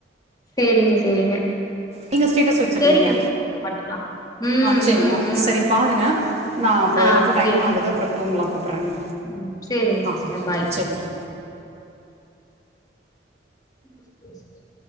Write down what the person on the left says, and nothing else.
சேரிங்க சேரிங்க
சேரிங்க பண்ணிக்கலா ம்
ம் ம்
ஆ
சேரிங்க
ம் சேரிங்க
சிஸ்டர் பாய்
<inaudible>